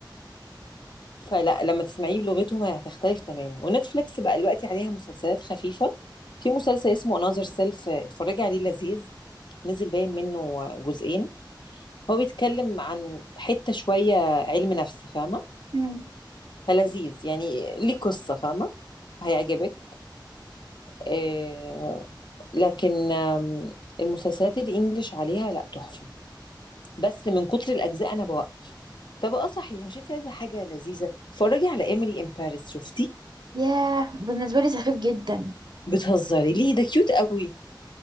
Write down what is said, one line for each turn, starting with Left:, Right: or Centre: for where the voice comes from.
Left: فلا لما تسمعيه بلغتهم هتختلف تماما ونتفليكس بقى دلوقتي عليها مسلسلات خفيفه في مسلسل اسمه انذر سيلف اتفرجي عليه لذيذ نزل باين منه جزئين هو بيتكلم عن حته شويه علم نفس فاهمه
Right: <laughs>
Left: فلذيذ يعني ليه قصة فاهمة هيعجبك آه لكن آم، المسلسلات الإنجليش عليها لا تحفة بس من كتر الأجزاء أنا بوقف طب اه صحيح مش انت عايزة حاجة لذيذة اتفرجي على إيميلي إن باريس شفتي
Right: ياه بالنسبة لي سخيف جدا
Left: بتهزري ليه ده كيوت قوي